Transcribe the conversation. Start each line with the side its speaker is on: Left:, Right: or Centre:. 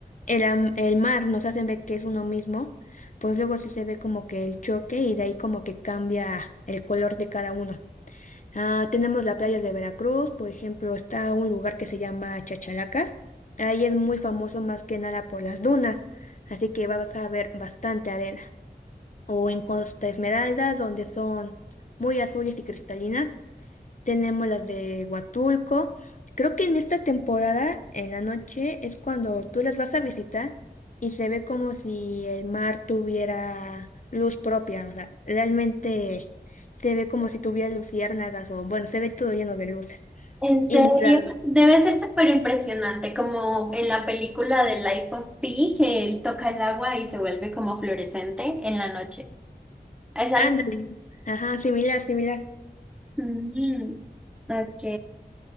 Left: el, am- el mar nos hacen ver que es uno mismo, pues luego sí se ve como que el choque y de ahí como que cambia el color de cada uno. Ah, tenemos la playa de Veracruz, por ejemplo, está un lugar que se llama Chachalacas. Ahí es muy famoso más que nada por las dunas, así que vas a ver bastante arena. O en Costa Esmeralda, donde son muy azules y cristalinas, tenemos las de Huatulco. Creo que en esta temporada, en la noche, es cuando tú las vas a visitar y se ve como si el mar tuviera luz propia. O sea, realmente se ve como si tuviera luciérnagas o, bueno, se ve todo lleno de luces.
Centre: En
Left: Y
Centre: serio,
Left: la...
Centre: debe ser súper impresionante, como en la película de Life of Pi, que él toca el agua y se vuelve como fluorescente en la noche. Es algo.
Left: Ándale. Ajá, similar, similar.
Centre: Mm, ok.